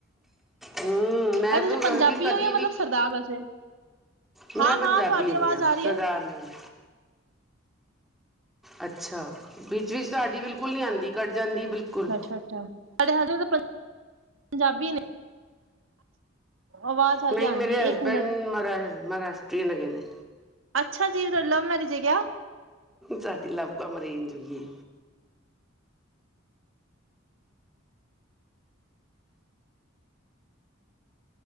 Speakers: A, in the centre; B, on the right (about 85°).
A: ਹਮ ਮੈਂ
B: ਅ ਤੁਸੀਂ
A: ਤੋਂ ਕਰਦੀ
B: ਪੰਜਾਬੀ
A: ਕਦੀ
B: ਹੋ ਜਾਂ ਮਤਲਬ
A: ਵੀ
B: ਸਰਦਾਰ ਵੈਸੇ
A: ਮੈਂ
B: ਹਾਂ
A: ਪੰਜਾਬੀ
B: ਹਾਂ ਤੁਹਾਡੀ
A: ਹੈਗੀ
B: ਆਵਾਜ਼
A: ਹਾਂ
B: ਆ ਰਹੀ
A: ਸਰਦਾਰਨੀ
B: ਹੈ
A: ਅੱਛਾ ਵਿੱਚ ਵਿਚ ਤੁਹਾਡੀ ਬਿਲਕੁਲ ਨੀ ਆਂਦੀ ਕੱਟ ਜਾਂਦੀ ਬਿਲਕੁਲ
B: ਖਟਾ <unintelligible> <unintelligible> ਪੰਜਾਬੀ ਨੇ ਆਵਾਜ਼ ਹਲਕੀ
A: ਨਹੀਂ
B: ਆਉਂਦੀ
A: ਮੇਰੇ
B: ਹੈ
A: ਹਸਬੈਂਡ
B: ਇੱਕ ਮਿੰਟ
A: ਮਹਾਰਸ਼ ਮਹਾਰਾਸ਼ਟਰੀਅਨ ਹੈਗੇ ਨੇ
B: ਅੱਛਾ ਜੀ ਤੁਹਾਡਾ ਲਵ ਮੈਰਿਜ ਏ ਕਯਾ?
A: ਸਾਡੀ ਲਵ ਕਮ ਅਰੇਂਜ ਹੋਈ ਏ।